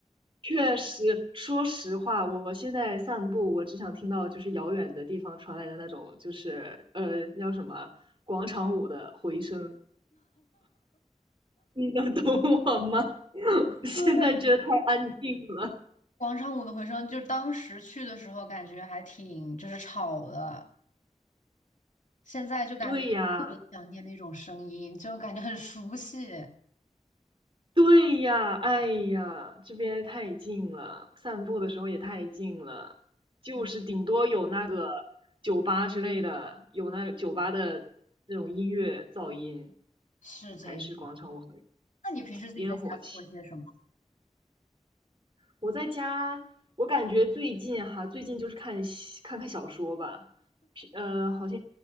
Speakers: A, on the right; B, on the left.
A: 确实，说实话，我现在散步，我只想听到就是遥远的地方传来的那种，就是呃，那叫什么广场舞的回声。你能懂我吗？<laughs> 我现在觉得太安静了。
B: 对，广场舞的回声，就是当时去的时候感觉还挺就是吵的，现在就感觉特别想念那种声音，
A: 对呀，
B: 就感觉很熟悉。
A: 对呀，哎呀，这边太近了，散步的时候也太近了，就是顶多有那个
B: 嗯，
A: 酒吧之类的，有那酒吧的那种音乐噪音，
B: 是这样。
A: 还是广场舞
B: 那你平时自己在家做些什么？
A: 烟火气。我在家，我感觉最近哈，最近就是看看看小说吧，呃，好像